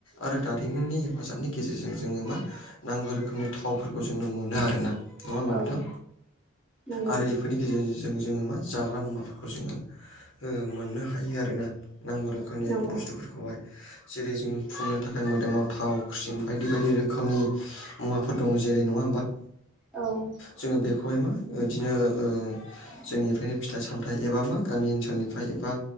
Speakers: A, on the left (about 60°); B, in the centre.
A: आरो दारिमिननि हेफाजाबनि गेजेरजों जोङो मा नांगौ रोखोमनि थावफोरखौ जोंनो मोना। ना नङा होनबा नोंथां
B: औ नंगौ
A: आरो बेफ फोरनि गेजेरजों जों जोङो मा जाग्रा मुवाफोरखौ जोङो ओ मोननो हायो आरोना नांगौ रोखोमनि
B: नंगौ
A: बुस्थुफोर खौहाय जेरै जों फुननो थाखाय मोदोमाव थाव ख्रिम बायदि - बायदि रोखोमनि मुवाफोर दं जेरै नङा होमबा।
B: औ।
A: जोङो बेखौहाय मा ओदिनो ओ जोंनिफ्रायनो फिथाइ सामथाइ एबा मा गामि ओनसोलनिफ्राय एबा